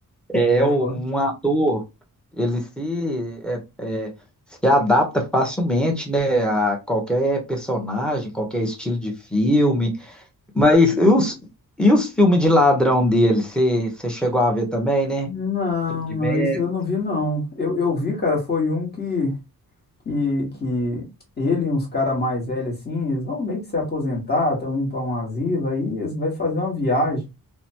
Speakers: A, in the centre; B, on the left.
A: É
B: é
A: é o-
B: forte.
A: um ator, ele se, é, é, se adapta facilmente, né, a qualquer personagem, qualquer estilo de filme. Mas e os, e os filmes de ladrão dele, você você chegou a ver também, né?
B: Não,
A: Truque de
B: não,
A: Mestre.
B: isso eu não vi, não. Eu, eu vi, cara, foi um que, que, que ele e uns caras mais velhos, assim, eles vão meio que se aposentar, estão indo para um asilo, aí eles vão fazer uma viagem.